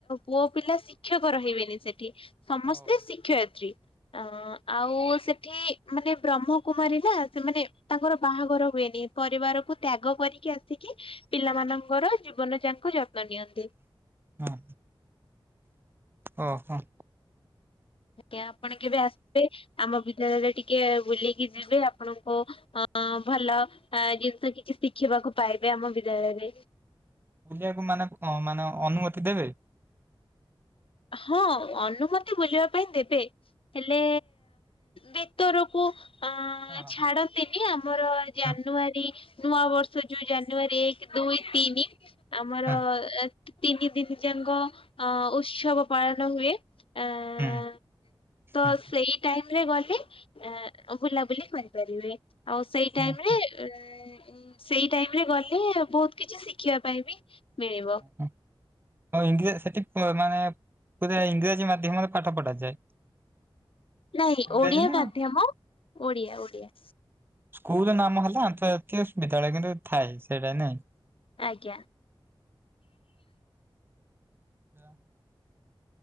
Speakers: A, on the left; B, on the right.
A: ପୁଅପିଲା ଶିକ୍ଷକ ରହିବେନି ସେଠି। ସମସ୍ତେ
B: ଓହୋ
A: ଶିକ୍ଷୟିତ୍ରୀ ଅଁ ଆଉ ସେଠି ମାନେ ବ୍ରହ୍ମକୁୁମାରୀ ନା, ସେମାନେ ତାଙ୍କର ବାହାଘର ହୁଏନି। ପରିବାରକୁ ତ୍ୟାଗ କରିକି ଆସିକି, ପିଲାମାନଙ୍କର ଜୀବନ ଯାଙ୍କ ଯତ୍ନ ନିଅନ୍ତି।
B: ହୁଁ ଓ ହୋ।
A: ଆଜ୍ଞା ଆପଣ କେବେ ଆସିବେ? ଆମ ବିଦ୍ୟାଳୟରେ ଟି କେ ବୁଲିକି ଯିବେ, ଆପଣଙ୍କୁ ଅଁ ଭଲ ଆଁ ଜିନିଷ କିଛି ଶିଖିବାକୁ ପାଇବେ ଆମ ବିଦ୍ୟାଳୟରେ।
B: ବୁଲିଆକୁ ମାନେ କଣ ମାନେ ଅନୁମତି ଦେବେ?
A: ହଁ ଅନୁମତି ବୁଲିବା ପାଇଁ ଦେବେ। ହେଲେ ଭିତରକୁ ଅଁ
B: ହଁ
A: ଛାଡ ତିନି ଆମର ଜାନୁଆରୀ
B: ହଁ
A: ନୂଆ ବର୍ଷ ଯୋଉ ଜାନୁଆରୀ ଏକ ଦୁଇ ତିନି ଆମର
B: ହୁଁ,
A: ତିନିଦିନି ଯାଙ୍କ ଉତ୍ସବ ପାଳନ ହୁଏ। ଆଁ
B: ହୁଁ,
A: ତ
B: ହୁଁ,
A: ସେଇ ଟାଇମରେ ଗଲେ ବୁଲାବୁଲି କରିପାରିବେ, ଆଉ ସେଇ ଟାଇମରେ
B: ହୁଁ, ହୁଁ,
A: ଇଁ ସେଇ ଟାଇମରେ ଗଲେ ବହୁତ କିଛି ଶିଖିବା ପାଇଁ ବି ମିଳିବ
B: ହଁ। ଆଉ ଇଂ ସେଠି ପୁ ମାନେ ପୁରା ଇଂରାଜୀ ମାଧ୍ୟମରେ ପାଠ ପଢାଯାଏ?
A: ନାଇ
B: ଇଂରାଜୀ
A: ଓଡ଼ିଆ
B: ନା
A: ମାଧ୍ୟମ, ଓଡ଼ିଆ ଓଡ଼ିଆ।
B: ସ୍କୁଲର ନାମ ହେଲା ଆନ୍ତର୍ଜାତୀୟ ବିଦ୍ୟାଳୟ, କିନ୍ତୁ ଥାଏ ସେଇଟା ନାଇଁ।
A: ଆଜ୍ଞା।
B: <unintelligible>